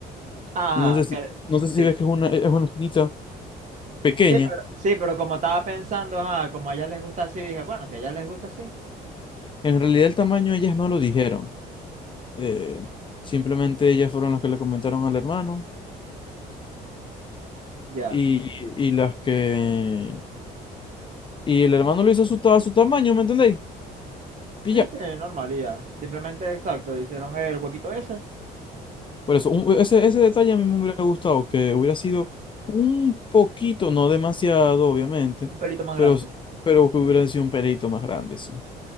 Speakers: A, on the right (about 45°); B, on the left (about 30°).
A: Ajá,
B: No sé si,
A: que-
B: no sé si ves
A: sí,
B: que es una, es una esquinita pequeña,
A: sí, pero, sí, pero como estaba pensando, ajá, como a ellas les gusta así, dije, bueno, si a ellas les gusta así,
B: en realidad el tamaño ellas no lo dijeron, eh, simplemente ellas fueron las que le comentaron al hermano
A: ya.
B: y, y las que, y el hermano lo hizo a su, ta- a su tamaño, ¿me entendéis? Y
A: Sí,
B: ya.
A: sí, normal, y ya. Simplemente, exacto, hicieron el huequito ese,
B: Por eso, un- ese, ese detalle a mí me hubiera gustado, que hubiera sido un poquito, no demasiado, obviamente,
A: un pelito más
B: pero,
A: grande.
B: pero que hubiera sido un pelito más grande, sí.